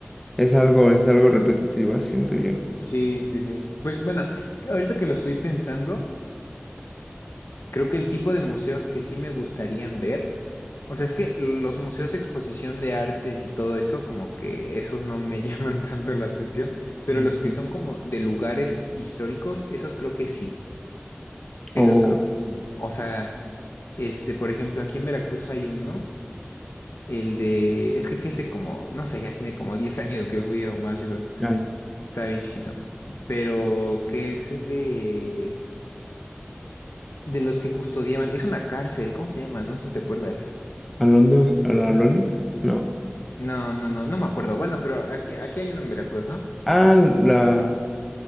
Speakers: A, in the centre; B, on the left.
A: es algo, es algo repetitivo, siento yo.
B: Sí, sí, sí. Pues bueno, ahorita que lo estoy pensando, creo que el tipo de museos que sí me gustarían ver, o sea, es que los museos de exposición de artes y todo eso, como que esos no me <laughs> llaman tanto la atención, pero
A: Ok.
B: los que son como de lugares históricos, esos creo que sí, esos
A: O
B: creo que sí. O sea, este, por ejemplo, aquí en Veracruz hay uno El de, es que fui hace como, no sé, ya tiene como 10 años que fui o más, yo creo.
A: Ana.
B: Estaba bien chiquito. Pero que es de, de los que custodiaban, es una cárcel, ¿cómo se llama? No sé si te acuerdas.
A: ¿Alondo, a la Alhóndiga? No.
B: No, no, no, no me acuerdo. Bueno, pero aquí, aquí hay uno en Veracruz, ¿no?
A: Ah, la,